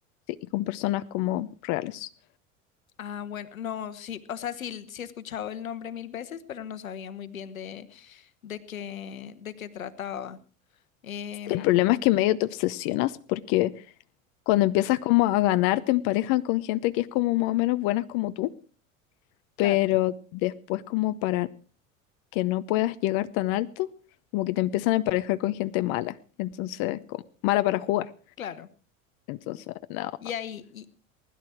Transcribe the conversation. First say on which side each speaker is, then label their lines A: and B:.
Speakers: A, on the left; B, on the left.
A: Sí, y con personas como reales.
B: Ah, bueno, no, sí, o sea, sí, sí he escuchado el nombre mil veces, pero no sabía muy bien de, de qué, de qué trataba. Em,
A: El problema es que medio te obsesionas porque cuando empiezas como a ganar te emparejan con gente que es como más o menos buenas como tú, pero
B: claro,
A: después como para que no puedas llegar tan alto, como que te empiezan a emparejar con gente mala, entonces, como, mala para jugar.
B: claro.
A: Entonces, no,
B: Y ahí, y,